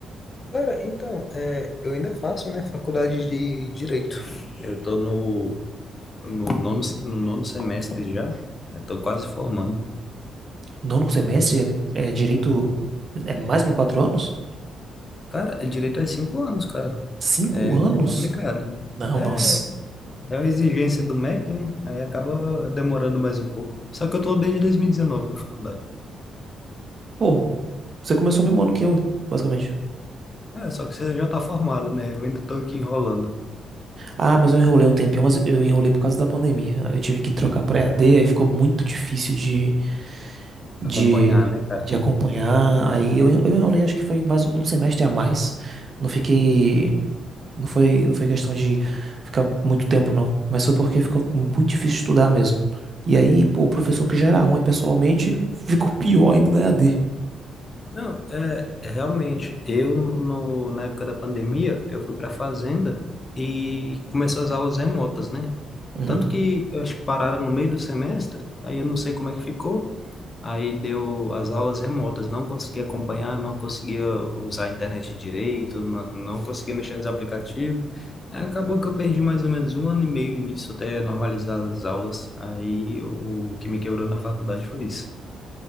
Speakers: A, on the left; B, on the right.
A: Cara, então, é, eu ainda faço, né, faculdade de Direito. Eu tô no, no nono, no nono semestre já. Eu tô quase formando.
B: Nono semestre é, é direito, é mais que quatro anos?
A: Cara, direito é cinco anos, cara.
B: Cinco
A: É, é
B: anos?
A: complicado.
B: Não,
A: É,
B: nossa.
A: é uma exigência do MEC, né? Aí acaba demorando mais um pouco. Só que eu tô desde 2019 na faculdade.
B: Pô, Você começou o mesmo ano que eu, basicamente.
A: É, só que você já tá formado, né? Eu ainda tô aqui enrolando.
B: Ah, mas eu enrolei um tempinho, mas eu enrolei por causa da pandemia. Aí Eu tive que trocar pra EAD, aí ficou muito difícil de, de,
A: Acompanhar, né, cara?
B: de acompanhar. Aí eu, en- eu enrolei, acho que foi mais um semestre a mais. Não fiquei. Não foi, não foi questão de ficar muito tempo, não. Mas foi porque ficou muito difícil estudar mesmo. E aí, pô, o professor que já era ruim pessoalmente <laughs> ficou pior ainda na EAD.
A: Não, é, é realmente. Eu, no, na época da pandemia, eu fui para fazenda e começou as aulas remotas, né?
B: Uhum.
A: Tanto que eu acho que pararam no meio do semestre, aí eu não sei como é que ficou. Aí deu as aulas remotas, não conseguia acompanhar, não conseguia usar a internet direito, não, não conseguia mexer nos aplicativos. Aí acabou que eu perdi mais ou menos um ano e meio nisso até normalizar as aulas. Aí o que me quebrou na faculdade foi isso.